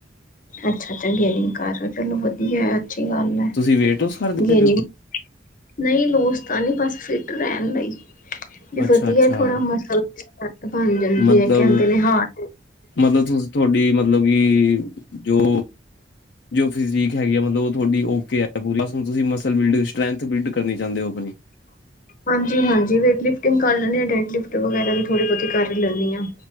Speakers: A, on the left; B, on the left.
A: ਅੱਛਾ-ਅੱਛਾ ਗੇਨਿਗ ਕਰ ਚਲੋ ਵਧੀਆ ਅੱਛੀ ਗੱਲ ਐ
B: ਤੁਸੀਂ ਵੇਟ ਲੋਸ ਕਰਦੇ
A: ਗੇਨਿਗ
B: ਪਏ ਹੋ
A: ਨਹੀਂ ਲੋੋਸ ਤਾਂ ਨੀ ਬਸ ਫਿਟ ਰਹਿਣ ਲਈ ਵੀ
B: ਅੱਛਾ
A: ਵਧੀਆ
B: ਅੱਛਾ
A: ਥੋੜ੍ਹਾ ਮਸਲ <unintelligible> ਬਣ ਜਾਂਦੀ
B: ਮਤਲਬ
A: ਏ, ਕਹਿੰਦੇ ਨੇ ਹਾਟ
B: ਮਤਲਬ ਤੁਸੀ ਤੁਹਾਡੀ ਮਤਲਬ ਕਿ ਜੋ ਜੋ ਫਿਜੀ਼ਕ ਹੈਗੀ ਆ ਮਤਲਬ ਉਹ ਤੁਹਾਡੀ ਓਕੇ ਹੈ ਪੂਰੀ ਅਸਲ ਤੁਸੀਂ ਮਸਲ ਬਿਲਡ ਸਟਰ੍ਰੈਂਥ ਬਿਲਡ ਕਰਨੀ ਚਾਹੁੰਦੇ ਹੋ ਆਪਣੀ।
A: ਹਾਂਜੀ-ਹਾਂਜੀ ਵੇਟ ਲਿਫਟਿੰਗ ਕਰ ਲੈਂਨੀ ਆ ਡੇਟ ਲਿਫਟ ਵਗੈਰਾ ਵੀ ਥੋੜ੍ਹੀ ਬਹੁਤੀ ਕਰ ਲੈਂਨੀ ਹਾਂ।